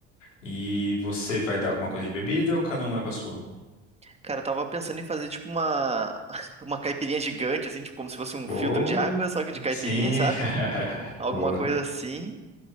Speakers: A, on the left; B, on the right.
A: e você vai dar alguma coisa de bebida ou cada um leva a sua?
B: Cara, eu tava pensando em fazer tipo uma, <laughs> uma caipirinha gigante, assim, tipo como se fosse um
A: Boa.
B: filtro de água, só que de caipirinha,
A: Sim.
B: sabe?
A: <laughs>
B: Alguma
A: Boa.
B: coisa assim.